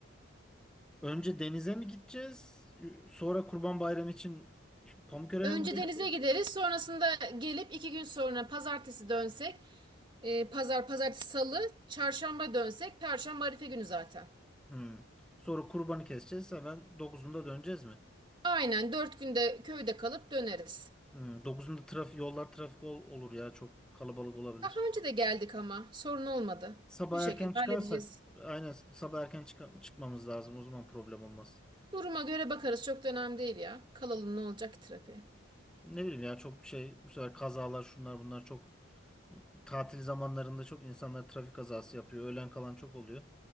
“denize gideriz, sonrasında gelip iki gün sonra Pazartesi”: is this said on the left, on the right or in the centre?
Right